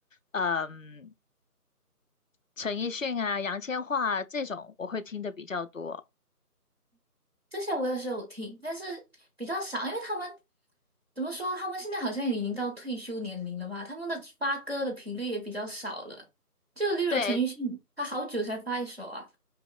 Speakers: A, on the left; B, on the right.
A: 嗯，陈奕迅啊、杨千嬅啊这种，我会听的比较多。
B: 这些我也是有听，但是比较少，因为他们怎么说？他们现在好像也已经到退休年龄了吧？他们的发歌的频率也比较少了。就例如陈奕迅，
A: 对，
B: 他好久才发一首啊。